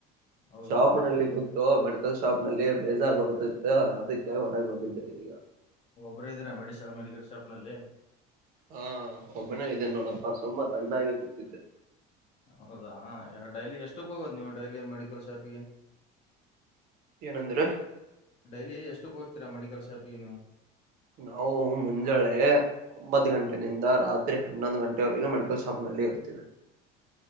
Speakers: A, on the left (about 35°); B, on the right (about 50°).
A: ಹೌದಾ
B: ಶಾಪ್ನಲ್ಲಿ ಕೂತ ಮ ಲ್ ಶಾಪ್ ನಲ್ಲಿ ಬೇಜಾರ್ ಬರುತ್ತತ್ತು ಅದಕ್ಕೆ ಹೊರಗೆ ಬಂದಿದ್ದೆ ಈಗ
A: ಪುರ ಇದ್ದೀರಾ ಮೆಡಿಶಾ ಮೆಡಿಕಲ್ ಶಾಪ್ನಲ್ಲಿ
B: ಹಾ ಒಬ್ಬನೇ ಇದ್ದೇನೆ ನೋಡಪ್ಪಾ ಸುಮ್ಮ ತಣ್ಣಾಗಿ ಕೂತಿದ್ದೆ
A: ಹೌದಾ ಡೈಲಿ ಎಷ್ಟಕ್ ಹೋಗದ ನೀವು ಡೈಲಿ ಮೆಡಿಕಲ್ ಶಾಪಿಗೆ
B: ಏನಂದ್ರೆ
A: ಡೈಲಿ ಎಷ್ಟು ಕೂ್ತೀರಾ ಮೆಡಿಕಲ್ ಶಾಪ್ಗೆ ನೀವು
B: ನಾವು ಮುಂಜಳೆ ಒಂಬತ್ತು
A: ಹ್ಮ್
B: ಗಂಟೆನಿಂದ ರಾತ್ರಿ ಹನ್ನೊಂದು ಗಂಟೆವರೆಗೆ ಮಡ್ಕವಿ ಶಾಪ್ನಲಿ ಇರ್ತೀವೆ